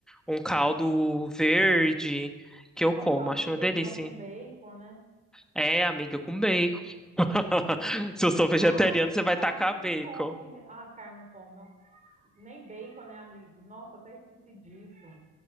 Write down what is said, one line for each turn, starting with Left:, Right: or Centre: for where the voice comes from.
Centre: um caldo verde, que eu como,
Right: É um caldo
Centre: acho
Right: de
Centre: uma
Right: feijão
Centre: delícia.
Right: com bacon, né?
Centre: É, amiga, com bacon. <laughs> Se eu sou vegetariano,
Right: Ah,
Centre: você vai tacar
Right: carne não
Centre: bacon.
Right: come, né? Ah, carne não come, ó. Nem bacon, né, amigo? Nossa, até esqueci disso.